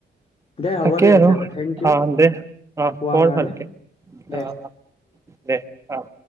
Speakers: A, on the left (about 35°); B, on the right (about 15°).
A: দে হ'ব
B: তাকেই
A: দে তেতিয়াহ'লে
B: আৰু,
A: থেংক ইউ
B: অ' দে, অ'
A: কোৱাৰ
B: পঢ়
A: কাৰণে
B: ভালকে,
A: দে
B: অ' দে, অ'।